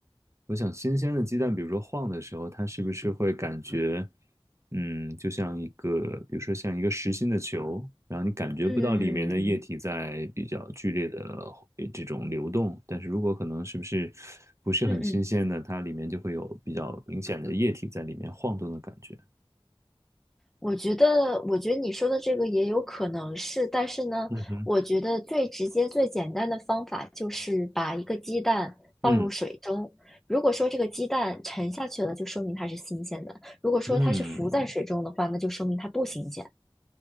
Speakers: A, on the right; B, in the centre.
A: 我想新鲜的鸡蛋，比如说晃的时候，它是不是会感觉，嗯，就像一个，比如说像一个实心的球，然后你感觉不到里面的液体在比较剧烈的
B: 嗯
A: 呃这种流动，但是如果可能是不是不是很新鲜的，
B: 嗯嗯
A: 它里面就会有比较明显的液体在里面晃动的感觉。
B: 我觉得，我觉得你说的这个也有可能是，但是呢，
A: 嗯哼，
B: 我觉得最直接、最简单的方法就是把一个鸡蛋放入水中。
A: 嗯
B: 如果说这个鸡蛋沉下去了，就说明它是新鲜的；如果说它是浮在水中的话，
A: 嗯，
B: 那就说明它不新鲜。